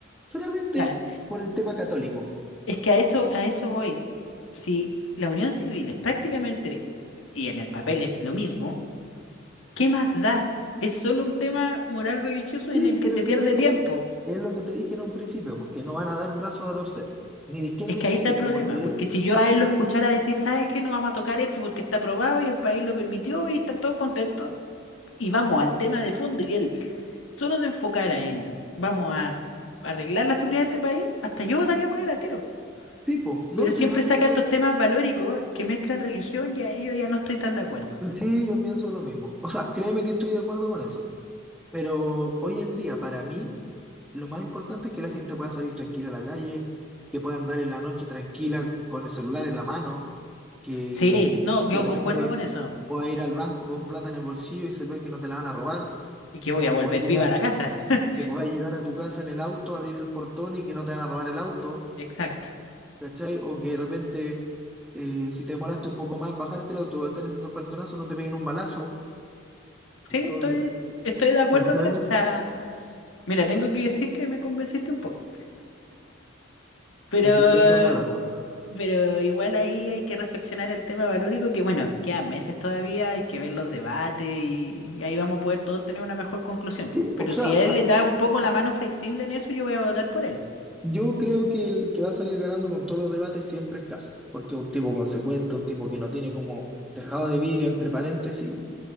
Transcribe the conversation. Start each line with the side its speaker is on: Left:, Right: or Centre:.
Centre: solamente
Left: claro,
Centre: por el tema católico.
Left: Es que a eso, a eso voy. Si la unión civil es prácticamente, y en el papel es lo mismo, ¿qué más da? Es solo un tema moral religioso
Centre: Sí,
Left: en el que
Centre: pero
Left: se pierde
Centre: es lo que,
Left: tiempo.
Centre: es lo que te dije en un principio, porque no van a dar brazos a torcer, ni de izquierda
Left: Es que
Centre: ni
Left: ahí
Centre: de
Left: está
Centre: derecha,
Left: el problema,
Centre: porque
Left: porque
Centre: él,
Left: si yo a él lo escuchara decir, ¿sabe qué? No vamos a tocar eso porque está aprobado y el país lo permitió y están todos contentos. Y vamos al tema de fondo y él solo se enfocara en, vamos a arreglar la seguridad de este país, hasta yo votaría por él al tiro.
Centre: tipo, no,
Left: Pero
Centre: sí,
Left: siempre saca
Centre: yo,
Left: estos temas valóricos que mezclan religión y ahí yo ya no estoy tan de acuerdo.
Centre: sí, yo pienso lo mismo. O sea, créeme que estoy de acuerdo con eso, pero hoy en día, para mí, lo más importante es que la gente pueda salir tranquila a la calle, que pueda andar en la noche tranquila con el celular en la mano, que,
Left: Sí, no, yo
Centre: que de repente
Left: concuerdo con eso.
Centre: pueda ir al banco con plata en el bolsillo y se ve que no te la van a robar,
Left: Y que voy
Centre: y que
Left: a volver
Centre: pueda llegar
Left: viva a la casa. <laughs>
Centre: que puedas llegar a tu casa en el auto, abrir el portón y que no te van a robar el auto,
Left: Exacto.
Centre: ¿cachai? O que de repente, eh, si te demoraste un poco más en bajarte el auto o están haciendo portonazo, no te peguen un balazo. Entonces,
Left: Sí, estoy, estoy de acuerdo
Centre: ¿cachai?
Left: con eso. O sea, mira, tengo que decir que me convenciste un poco. Pero,
Centre: Dice, esa es la lata, weón.
Left: pero igual ahí hay que reflexionar el tema valórico, que bueno, quedan meses todavía, hay que ver los debates y, y ahí vamos a poder todos tener una mejor conclusión. po.
Centre: Sí,
Left: Pero
Centre: o sea,
Left: si él
Centre: pa-
Left: le da un poco la mano flexible en eso, yo voy a votar por él.
Centre: yo creo que el que va a salir ganando con todos los debates siempre es Kast, porque es un tipo consecuente, un tipo que no tiene como tejado de vidrio, entre paréntesis,